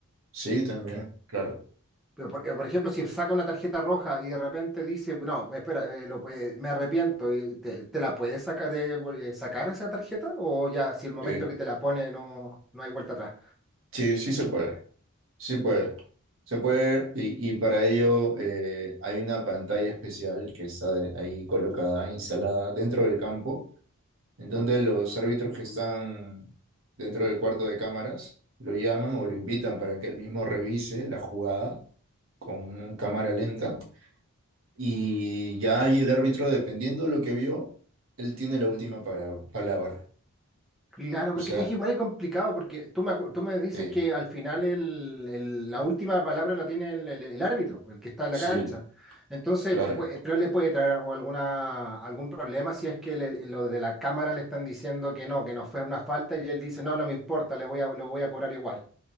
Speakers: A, on the right; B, in the centre.
A: Sí, también, claro.
B: Pero por, eh, por ejemplo, si saca una tarjeta roja y de repente dice, no, espera, eh, lo- eh, me arrepiento, y ¿te, te la puedes sacar, de- eh, sacar esa tarjeta? ¿O ya si el momento
A: Sí,
B: que te la pone no, no hay vuelta atrás?
A: sí, sí se puede. Sí puede. Se puede y, y para ello eh, hay una pantalla especial que está de- ahí colocada, instalada dentro del campo, en donde los árbitros que están dentro del cuarto de cámaras lo llaman o lo invitan para que él mismo revise la jugada con cámara lenta y ya ahí el árbitro, dependiendo de lo que vio, él tiene la última para- palabra.
B: Claro, porque
A: O sea,
B: es igual de complicado, porque tú me, acu- tú me dices
A: sí,
B: que al final el- el- la última palabra la tiene el, el- el árbitro, el que está en
A: sí,
B: la cancha. Entonces,
A: claro,
B: pu- pero le puede traer o alguna, algún problema si es que le- lo de la cámara le están diciendo que no, que no fue una falta y él dice, no, no me importa, le voy a, lo voy a cobrar igual.